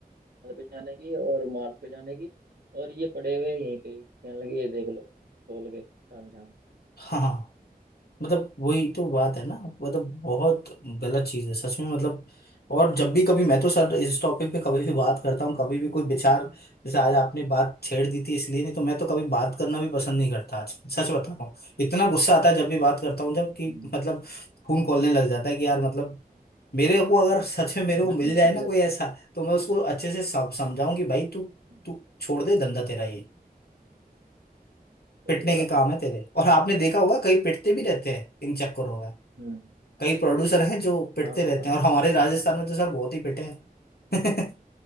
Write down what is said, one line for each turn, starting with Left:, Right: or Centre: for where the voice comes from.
Right: मार्स पे जाने की और मार्स पे जाने की और ये पड़े हुए यहीं पे ही कहने लगे ये देख लो खोल के ताम झाम
Left: हाँ हाँ। मतलब वही तो बात है ना मतलब बहुत गलत चीज है सच में मतलब और जब भी कभी मैं तो सर इस टॉपिक पे कभी भी बात करता हूँ कभी भी कोई विचार जैसे आज आपने बात छेड़ दी थी इसलिए नहीं तो मैं तो कभी बात करना भी पसंद नहीं करता आज सच बता रहा हूँ इतना गुस्सा आता है जब भी बात करता हूँ जब कि
Right: हम्म,
Left: मतलब खून खौलने लग जाता है कि यार मतलब मेरे को अगर सच में
Right: हाँ,
Left: मेरे को
Right: है
Left: मिल
Right: तो मेरा
Left: जाए ना
Right: भी
Left: कोई
Right: ऐसा
Left: ऐसा
Right: ही
Left: तो मैं उसको अच्छे से सम- समझाऊं कि भाई तू
Right: हम्म,
Left: तू छोड़ दे धंधा तेरा ये
Right: सही
Left: पिटने
Right: बात
Left: के काम
Right: है
Left: है तेरे और आपने देखा होगा कई पिटते भी रहते हैं इन चक्करों में
Right: हम्म
Left: कई प्रोड्यूसर हैं जो पिटते
Right: हाँ
Left: रहते
Right: हाँ,
Left: हैं और हमारे राजस्थान में तो सर बहुत ही पिटे हैं <laughs>